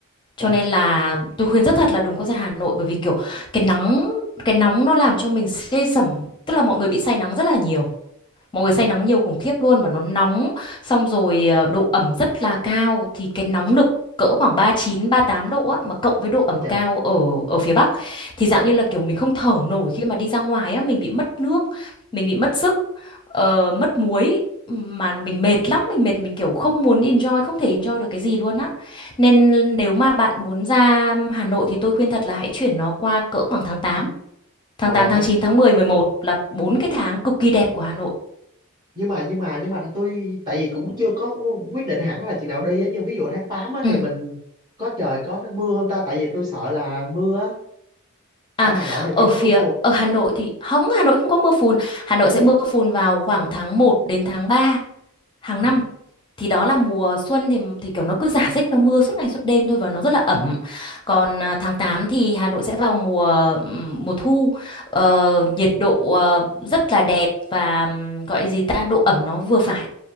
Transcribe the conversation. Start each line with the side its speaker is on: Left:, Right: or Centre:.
Left: Cho
Right: Ủa.
Left: nên là tôi khuyên rất thật là đừng có ra Hà Nội bởi vì kiểu cái nắng cái nóng nó làm cho mình xê sẩm, tức là mọi người bị say nắng rất là nhiều. Mọi
Right: Ồ,
Left: người say nắng nhiều khủng khiếp luôn mà nó nóng xong rồi ờ, độ ẩm rất là cao thì cái nóng nực cỡ khoảng 39 tám độ á mà cộng với độ ẩm
Right: ôi trời.
Left: cao ở ở phía Bắc thì dạng như là kiểu mình không thở nổi khi mà đi ra ngoài á, mình bị mất nước, mình bị mất sức, ờ, mất muối mà mình mệt lắm, mình mệt mình kiểu không muốn enjoy, không thể enjoy được cái gì luôn á. Nên nếu mà bạn muốn ra Hà Nội thì tôi khuyên thật là hãy chuyển nó qua cỡ khoảng tháng tám tháng
Right: Ồ
Left: tám tháng
Right: tháng
Left: 9 tháng mười mười một là bốn cái tháng cực kỳ đẹp của Hà Nội.
Right: nhưng mà nhưng mà nhưng mà tôi tại vì cũng chưa có quyết định hẳn là chừng nào đi á chứ ví dụ tháng 8 á
Left: Ừ.
Right: thì mình có trời có mưa không ta? Tại vì tôi sợ là mưa á
Left: À,
Right: ở Hà Nội thì hình
Left: ở
Right: như có
Left: phía
Right: mưa phùn
Left: ở Hà Nội thì không, Hà Nội không có mưa phùn. Hà Nội sẽ
Right: Ủa?
Left: mưa phùn vào khoảng tháng một đến tháng 3 hàng
Right: À,
Left: năm. Thì đó là mùa xuân thì thì kiểu nó cứ rả rích nó mưa suốt ngày suốt đêm thôi và nó rất là ẩm. Còn à, tháng 8 thì Hà Nội sẽ vào mùa ừm, mùa thu Ờ, nhiệt độ ờ, rất là đẹp và ừm, gọi gì ta độ ẩm nó vừa phải